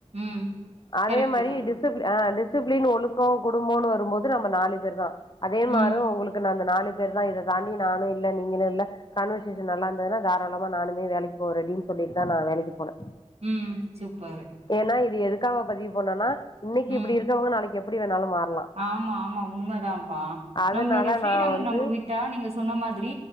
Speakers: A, on the right; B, on the left.
A: ம்
B: அதே
A: கரெக்ட்டு
B: மாரி
A: தா
B: டிஸ் டிசிப் அ டிசிப்ளின் ஒழுக்கோ குடும்போனு வருபோது நம்ம நாலு பேர் தா அதே மாரு
A: ம்
B: உங்ளுக் த அந்த நாலு பேர் தா இத தாண்டி நானு இல்ல நீங்களு இல்ல கான்வர்சேஷன் நல்லாந்ததுன்ன தாராளம் வ நானுமே வேலைக்கு போற ரெடின்னு சொல்லிட்டு தான் நா வேலைக்கு போனே
A: ம் சூப்பரு
B: பேனா இது எதுக்காக பதிவு பண்ணோனா இன்னிக்கி
A: ம்
B: இப்டி இருக்கவங்க நாளைக்கு எப்டி வேணாலு மாற்
A: ஆமா ஆமா உண்மதான்ப்பா
B: அதனால
A: நம்மளோடைய ஃரீடம்மு
B: நா வந்து
A: நம்ம விட்டா நீங்க சொன்ன மாதிரி